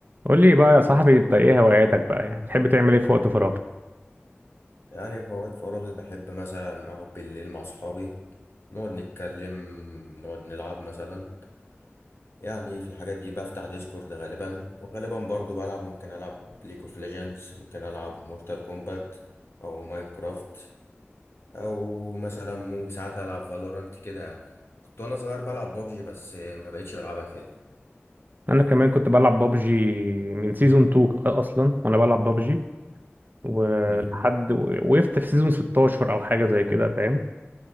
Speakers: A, on the right; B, on the left.
A: قول لي بقى يا صاحبي انت ايه هواياتك بقى يعني بتحب تعمل ايه في وقت فراغك
B: يعني في أوقات فراغي بحب مثلا أقعد بالليل مع أصحابي نقعد نتكلم نقعد نلعب مثلا يعني في الحاجات دي بفتح ديسكورد غالبا وغالبا برضو بلعب ممكن ألعب ليج اوف ليجندز ممكن ألعب مورتال كومبات أو ماينكرافت أو مثلا مو ساعات ألعب فالورانت كده يعني كنت وأنا صغير بلعب بابجي بس ما بقتش بلعبها تاني
A: انا كمان كنت بلعب بابجي من سيزون 2 اصلا وانا بلعب بابجي ولحد
B: مم.
A: وقفت في سيزون 16 او حاجه زي كده فاهم